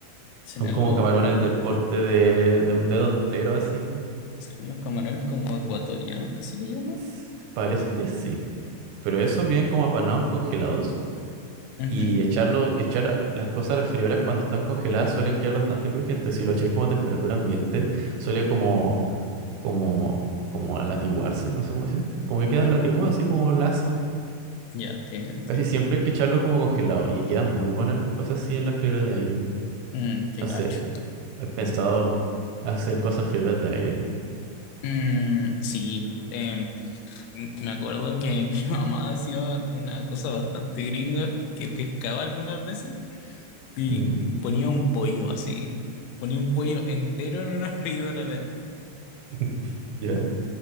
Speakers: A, on the left; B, on the right.
A: ¿Serán
B: Son como
A: los,
B: camarones del porte de, de un dedo entero así.
A: serán los camarones como ecuatorianos que se le llama?
B: S- Parece que sí. Pero esos vienen como apanados congelados
A: Ujú.
B: y echarlo, echar las cosas a las freidoras cuando están congeladas suelen quedar bastante crujientes. Si lo echáis como a temperatura ambiente, suele como, como, como latiguarse, no sé cómo se dice. Como que quedan
A: Mm,
B: latiguados así como lacio.
A: Ya, te, te,
B: Casi siempre hay que echarlo como congelado y quedan muy buenas las cosas así en la freidora de aire.
A: mm, te
B: No
A: cacho.
B: sé, he pensado hacer cosas freidoras de aire.
A: Mm, sí, em, mm, me acuerdo que <laughs> mi mamá hacía una cosa bastante gringa que pescaba algunas veces y
B: Mm,
A: ponía un pollo así, ponía un pollo entero en una <laughs> freidora de,
B: <laughs> Ya.